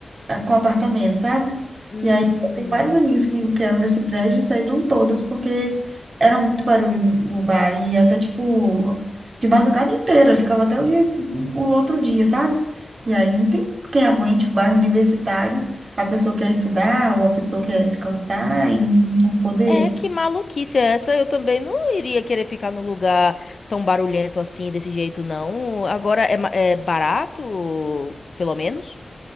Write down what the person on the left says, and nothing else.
Hum,
É, que maluquice é essa? Eu também não iria querer ficar num lugar tão barulhento assim, desse jeito, não. Agora, é, ma- é barato, pelo menos?